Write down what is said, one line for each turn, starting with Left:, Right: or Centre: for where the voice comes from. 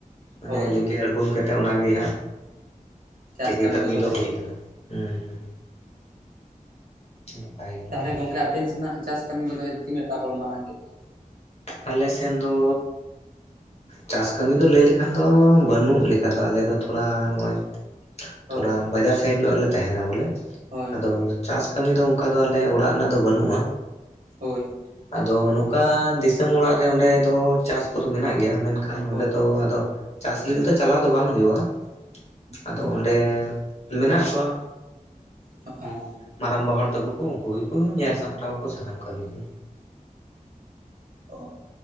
Left: ᱢᱟᱱᱮ
Right: ᱦᱳᱭ
Left: ᱞᱤᱸᱜᱤ ᱟᱬᱜᱳᱱ ᱠᱟᱱᱟ? ᱛᱮ ᱚᱱᱟᱜᱮ ᱦᱟᱸᱜ
Right: ᱪᱟᱥ
Left: ᱛᱮᱜᱮ ᱠᱟᱹᱢᱤ
Right: ᱠᱚᱫᱚᱞᱮ
Left: ᱫᱚ ᱦᱩᱭ ᱠᱟᱱᱟ ᱦᱩᱸ ᱦᱩᱸ᱾ ᱱᱟᱯᱟᱭ ᱜᱮ ᱱᱚᱣᱟ
Right: ᱛᱟᱦᱞᱮ
Left: ᱫᱚ
Right: ᱜᱚᱝᱠᱮ ᱟᱯᱮᱱ ᱥᱮᱱᱟᱜ ᱪᱟᱥ ᱠᱟᱹᱢᱤ ᱠᱚᱫᱚ ᱛᱤᱱᱟᱹᱜ ᱴᱟᱜ ᱠᱚᱞ ᱢᱟᱲᱟᱝ ᱠᱮᱫ ᱛᱟᱸᱦᱮ?
Left: ᱟᱞᱮ ᱥᱮᱱ ᱫᱚ ᱪᱟᱥ ᱠᱟᱹᱢᱤ ᱫᱚ ᱞᱟᱹᱭ ᱞᱮᱠᱷᱟᱱ ᱫᱚ ᱵᱟᱹᱱᱩᱜ ᱞᱮᱠᱟ ᱫᱚ ᱟᱞᱮ ᱫᱚ ᱛᱷᱚᱲᱟ ᱱᱚᱜᱼᱚᱭ
Right: ᱦᱳᱭ
Left: ᱛᱷᱚᱲᱟ ᱵᱟᱡᱟᱨ ᱥᱟᱭᱤᱰ ᱧᱚᱜ ᱨᱮᱞᱮ ᱛᱟᱦᱮᱱᱟ ᱵᱚᱞᱮ,
Right: ᱦᱳᱭ
Left: ᱟᱫᱚ ᱪᱟᱥ ᱠᱟᱹᱢᱤ ᱫᱚ ᱚᱱᱠᱟ ᱫᱚ ᱟᱞᱮ ᱚᱲᱟᱜ ᱨᱮᱱᱟᱜ ᱫᱚ ᱵᱟᱹᱱᱩᱜᱼᱟ᱾
Right: ᱦᱳᱭ᱾
Left: ᱟᱫᱚ ᱱᱚᱝᱠᱟ ᱫᱤᱥᱚᱢ ᱚᱲᱟᱜ ᱨᱮ ᱚᱸᱰᱮ ᱫᱚ ᱪᱟᱥ ᱠᱚᱫᱚ ᱢᱮᱱᱟᱜ ᱜᱮᱭᱟ ᱢᱮᱱᱠᱷᱟᱱ ᱠᱷᱟᱱ
Right: ᱦᱳᱭ
Left: ᱚᱸᱰᱮ ᱫᱚ ᱟᱫᱚ ᱪᱟᱥ ᱞᱟᱹᱜᱤᱫ ᱫᱚ ᱪᱟᱞᱟᱣ ᱫᱚ ᱵᱟᱝ ᱦᱩᱭᱩᱜᱼᱟ᱾ ᱟᱫᱚ
Right: ᱦᱳᱭ
Left: ᱚᱸᱰᱮ ᱢᱮᱱᱟᱜ ᱠᱚᱣᱟ᱾
Right: ᱦᱟᱸᱜ-ᱚ᱾
Left: ᱢᱟᱨᱟᱝᱵᱟ ᱦᱚᱲ ᱛᱟᱠᱚ ᱠᱚ ᱩᱱᱠᱩ ᱜᱮᱠᱚ ᱧᱮᱞ ᱥᱟᱢᱴᱟᱣ ᱟᱠᱚ ᱥᱟᱱᱟᱢ ᱠᱟᱹᱢᱤ ᱠᱩ᱾
Right: ᱚ,